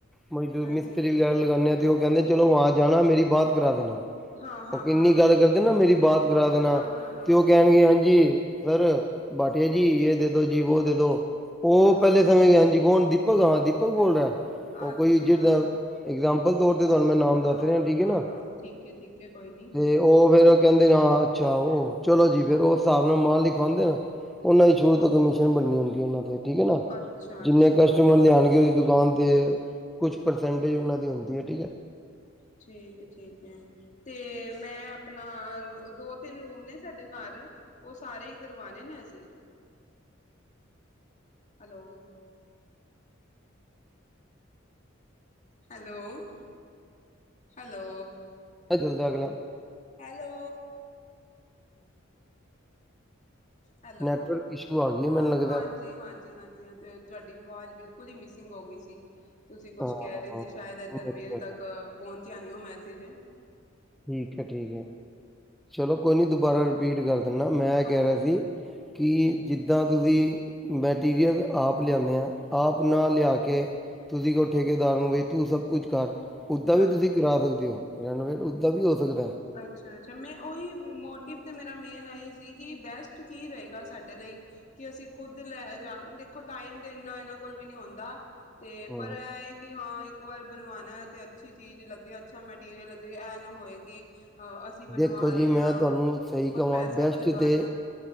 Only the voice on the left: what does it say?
ਹਾਂਜੀ
ਹਾਂ ਹਾਂ
ਹਾਂ
ਹਾਂ ਹਾਂ ਹਾਂ
ਅੱਛਾ
ਅੱਛਾ
ਹਾਂ
ਹਾਂ
ਹਾਂ ਠੀਕ ਹੈ ਠੀਕ ਹੈ ਕੋਈ ਨੀ
ਅੱਛਾ ਅੱਛਾ
ਠੀਕ ਹੈ ਠੀਕ ਹੈ ਤੇ ਮੈਂ ਆਪਣਾ ਦੋ ਤਿੰਨ ਰੂਮ ਨੇ ਸਾਡੇ ਘਰ ਉਹ ਸਾਰੇ ਹੀ ਕਰਵਾਣੇ ਨੇ ਅਸੀਂ ਹੈਲੋ ਹੈਲੋ ਹੈਲੋ
ਹੈਲੋ ਹੈਲੋ
ਹਾਂ
ਹਾਂਜੀ ਹਾਂਜੀ ਹਾਂਜੀ ਹਾਂ ਤੇ ਤੁਹਾ ਡੀ ਆਵਾਜ਼ ਬਿਲਕੁਲ ਹੀ ਮਿਸਿੰਗ ਹੋ ਗਈ ਸੀ ਤੁਸੀਂ ਕੁਛ
ਕਹਿ ਰਹੇ ਸੀ ਸ਼ਾਇਦ ਇੱਧਰ
ਮੇਰੇ ਤੱਕ ਪਹੁੰਚਿਆ ਨੀ ਹੋ ਮੈ ਸੀਗੇ
ਹਾਂਜੀ
ਹਾਂ
ਅੱਛਾ ਅੱਛਾ ਮੈਂ ਉਹੀ ਮੋਟਿਵ ਤੇ ਮੇਰਾ ਮੇਨ ਹੈ ਹੀ ਸੀ ਕਿ ਬੈਸਟ ਕੀ ਰਹੇਗਾ ਸਾਡੇ ਲਈ ਕਿ ਅਸੀਂ ਖੁੱਦ ਲੈ ਜਾਣ ਦੇਖੋ ਟਾਈਮ ਤਾਂ ਇੰਨਾ ਇਹਨਾਂ ਕੋਲ ਵੀ ਨਹੀਂ ਹੁੰਦਾ। ਤੇ
ਪਰ ਇਹ ਹੈ ਕਿ ਹਾਂ ਇੱਕ ਵਾਰ ਬਣਵਾਣਾ ਤੇ ਅੱਛੀ ਚੀਜ਼ ਲੱਗੇ ਅੱਛਾ ਮੈਟੀਰੀਅਲ ਲੱਗੇ ਇਹ ਨਾ ਹੋਏ ਕਿ ਅ ਅਸੀਂ ਬਣਵਾ
ਰਹੇ
ਹਾਂ
ਔਰ ਪੈਸਾ
ਵੀ ਲਗਾ
ਰਹੇ ਹਾਂ